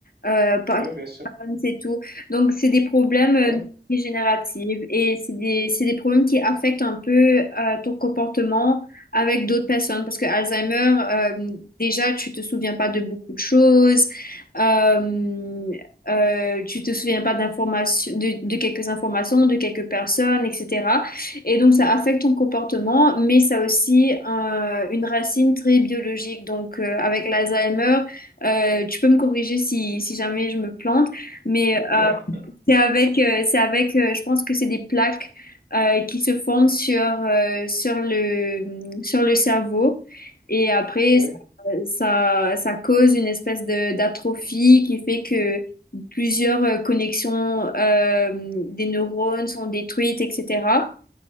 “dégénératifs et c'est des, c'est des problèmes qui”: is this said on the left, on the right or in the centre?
Left